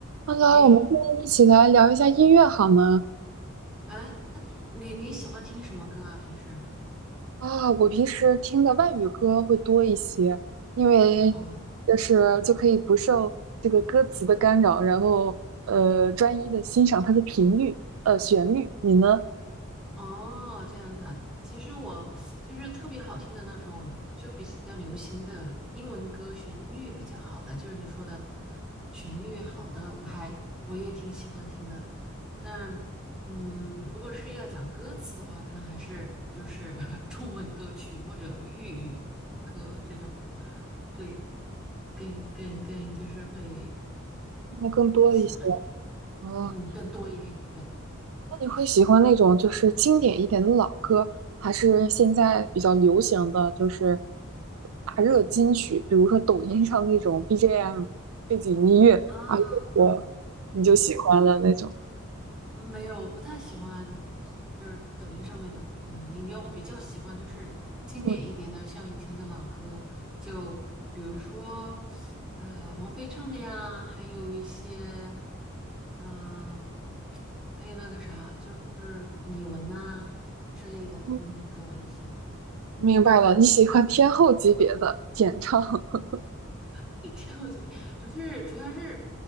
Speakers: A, on the right (about 70°); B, in the centre.
A: Hello，
B: 喂，
A: 我们现在一起来聊一下音乐好吗？
B: 啊，你你喜欢听什么歌啊？平时？
A: 啊，我平时听的外语歌会多一些，因为就是就可以不受这个歌词的干扰，
B: 哦
A: 然后呃专一的欣赏它的频率，呃旋律。你呢？
B: 哦，这样子啊。其实我就是特别好听的那种，就比较流行的英文歌，旋律比较好的，就是你说的旋律好的，我还我也挺喜欢听的。但嗯，如果是要讲歌词的话，可能还是就是 <laughs> 中文歌曲或者粤语歌这种，会更更更就是会
A: 听的更多一些。
B: 更喜欢一点，
A: 哦，
B: 嗯，更多一点。对。
A: 那你会喜欢那种就是经典一点的老歌，还是现在比较流行的就是大热金曲，比如说抖音上那种 BGM 背景音乐啊，
B: 啊，
A: 越火你就喜欢了那种？
B: 嗯，没有，我不太喜欢，就是抖音上面的嗯音乐，我比较喜欢就是经典一点的，
A: 嗯，
B: 像以前的老歌，就比如说呃王菲唱的呀，还有一些呃还有那个啥，就是李玟呐、之类的他们的歌一些，
A: 嗯明白了，你喜欢天后级别的演唱。<laughs>
B: <laughs> 跳级不是，主要是